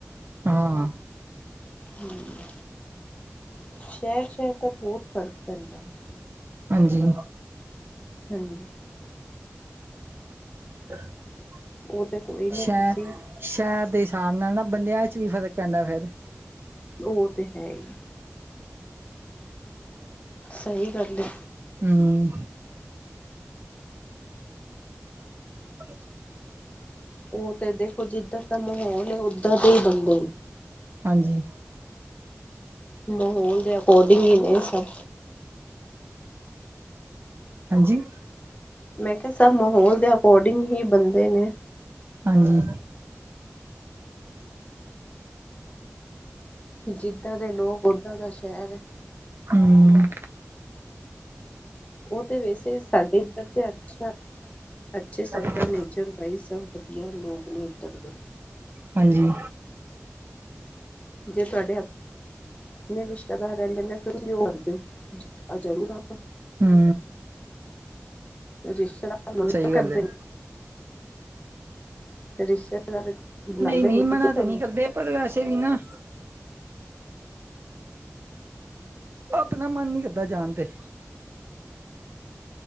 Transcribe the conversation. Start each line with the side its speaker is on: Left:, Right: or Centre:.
Right: ਹਾਂ ਹਾਂ।
Left: ਹਾਂ ਸ਼ਹਿਰ ਸ਼ਹਿਰ ਦਾ ਬਹੁਤ ਫ਼ਰਕ ਪੈਂਦਾ ਹੈ।
Right: ਹਾਂਜੀ।
Left: ਹਾਂਜੀ।
Right: <inaudible>
Left: ਓਹ ਤੇ ਕੋਈ ਨੀ
Right: ਸ਼ਹਿ
Left: ਤੁਸੀਂ
Right: ਸ਼ਹਿਰ ਦੇ ਸਾਬ ਨਾਲ ਨਾ, ਬੰਦਿਆਂ ਇਚ ਵੀ ਫ਼ਰਕ ਪੈਂਦਾ ਫਿਰ।
Left: ਉਹ ਤੇ ਹੈ ਈ। ਸਹੀ ਗੱਲ ਏ।
Right: ਹਮ। ਅ।
Left: ਉਹ ਤੇ ਦੇਖੋ। ਜਿੱਧਰ ਦਾ ਮਾਹੌਲ ਹੈ। ਉੱਧਰ ਦੇ ਹੀ ਬੰਦੇ।
Right: ਹਾਂਜੀ।
Left: ਮਾਹੌਲ ਦੇ ਅਕੋਰਡਿੰਗ ਹੀ ਨੇ ਸਭ।
Right: ਹਾਂਜੀ।
Left: ਮੈਂ ਕਿਹਾ ਸਭ ਮਾਹੌਲ ਦੇ ਅਕੋਰਡਿੰਗ ਹੀ ਬੰਦੇ ਨੇ।
Right: ਹਾਂਜੀ।
Left: ਜਿੱਦਾਂ ਦੇ ਲੋਕ ਉਦਾਂ ਦਾ ਸ਼ਹਿਰ।
Right: ਹੂੰ।
Left: ਉਹ ਤੇ ਵੈਸੇ ਸਾਡੇ ਇੱਧਰ ਤੇ ਅੱਛਾ ਅੱਛੇ ਸਭ
Right: ਅੱਛਾ
Left: ਦਾ ਨੇਚਰ। ਇਧਰ ਬਾਈ ਸਭ ਵਧੀਆ ਲੋਕ ਨੇ ਇੱਧਰ ਦੇ।
Right: ਹਾਂਜੀ।
Left: ਜੇ ਤੁਹਾਡੇ ਆਪਣੇ। ਜਿਹਦੇ ਨੇ ਰਿਸ਼ਤੇਦਾਰ ਰਹਿੰਦੇ ਨੇ ਫਿਰ ਵੀ ਉਹ ਕਰਦੇ ਆਜਾ ਨਹੀਂ ਵਾਪਸ।
Right: ਹੂੰ।
Left: ਰਿਸ਼ਤੇਦਾਰ। ਮਨਾ
Right: ਸਹੀ
Left: ਕਰਦੇ
Right: ਗੱਲ ਹੈ।
Left: ਨੇ ਰਿਸ਼ਤੇਦਾਰ ਬੁਲਾਉਂਦੇ
Right: ਨਹੀਂ ਨਹੀਂ
Left: ਨੇ
Right: ਮਨਾ
Left: ਕਿ ਤੁਹਾਨੂੰ
Right: ਤੇ ਨਹੀਂ ਕਰਦੇ ਪਰ ਵੈਸੇ ਵੀ ਨਾ। ਉਹ ਆਪਣਾ ਮਨ ਨੀ ਕਰਦਾ ਜਾਣ ਤੇ।